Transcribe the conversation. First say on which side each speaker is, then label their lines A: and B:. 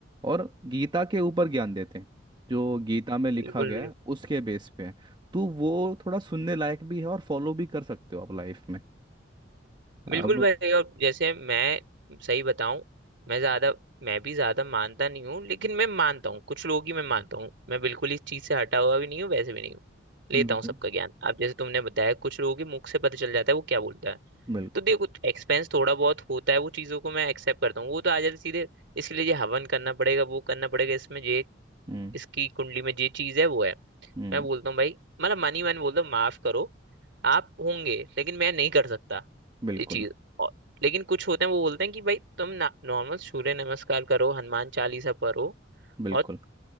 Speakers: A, on the right; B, on the right.
A: और गीता के ऊपर ज्ञान देते हैं जो गीता में लिखा
B: बिल्कुल
A: गया
B: बिल्कुल
A: है उसके बेस पे है तो वो थोड़ा सुनने लायक भी है और फॉलो भी कर सकते हो आप लाइफ में
B: बिल्कुल
A: अब
B: भाई और जैसे मैं सही बताऊं मैं ज्यादा मैं भी ज्यादा मानता नहीं हूँ लेकिन मैं मानता हूँ कुछ लोग ही मैं मानता हूँ मैं बिल्कुल इस चीज से हटा हुआ भी नहीं हूँ वैसे भी नहीं हूँ लेता
A: बिल्कुल
B: हूँ सबका ज्ञान अब जैसे तुमने बताया कुछ लोगों के मुख से पता चल जाता है वो क्या बोलता है
A: बिल्कुल
B: तो देखो एक्सपेंस थोड़ा बहुत होता है वो चीज़ों को मैं एक्सेप्ट करता हूँ वो तो आ जाते सीधे इसके लिए ये हवन करना पड़ेगा वो करना पड़ेगा इसमें ये
A: हम्म
B: इसकी कुंडली में ये चीज़ है वो है
A: हम्म
B: मैं बोलता हूँ भाई मतलब मनी मन बोलता हूँ माफ करो आप होंगे लेकिन मैं नहीं कर सकता
A: बिल्कुल
B: ये चीज़ और लेकिन कुछ होते हैं वो बोलते हैं कि भाई तुम ना नॉर्मल सूर्य नमस्कार करो हनुमान चालीसा पढ़ो
A: बिल्कुल
B: और